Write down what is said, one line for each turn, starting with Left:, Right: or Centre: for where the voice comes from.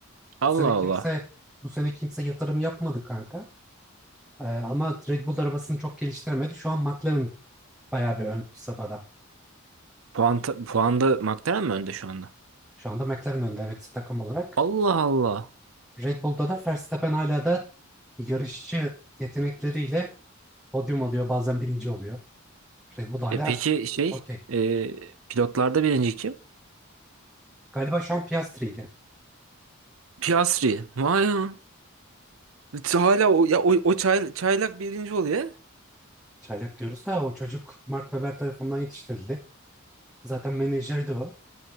Right: Allah
Centre: Bu sene kimse
Right: Allah.
Centre: bu sene kimse yatırım yapmadı kanka. Ee, ama Red Bull arabasını çok geliştiremedi. Şu an McLaren bayağı bir ön safhada.
Right: Puan puanda McLaren mi önde şu anda?
Centre: Şu anda McLaren önde evet takım olarak.
Right: Allah Allah.
Centre: Red Bull'da da Verstappen hala da yarışçı yetenekleriyle Podyum alıyor bazen birinci oluyor. Red Bull hala
Right: E peki şey
Centre: okey.
Right: e, pilotlarda birinci kim?
Centre: Galiba şu an Piastri'ydi.
Right: Piastri. Vay ya. Hala o, ya, o, o çay- çaylak birinci oluyor.
Centre: Çaylak diyoruz da o çocuk Mark Webber tarafından yetiştirildi. Zaten menajeri de o.